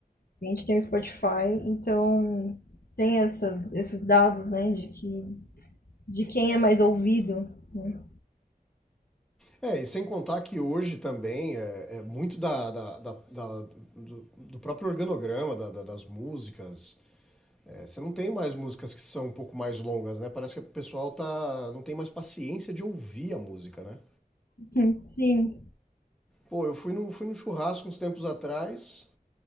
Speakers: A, on the left (about 75°); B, in the centre.
A: A gente tem o Spotify, então tem essas, esses dados, né? De que, de quem é mais ouvido, né?
B: É, e sem contar que hoje também é, é muito da, da- da- da- do, do próprio organograma da- da- das músicas. É, você não tem mais músicas que são um pouco mais longas, né? Parece que o pessoal tá, não tem mais paciência de ouvir a música, né?
A: <laughs> Hum, Sim,
B: Pô, eu fui num, fui num churrasco uns tempos atrás,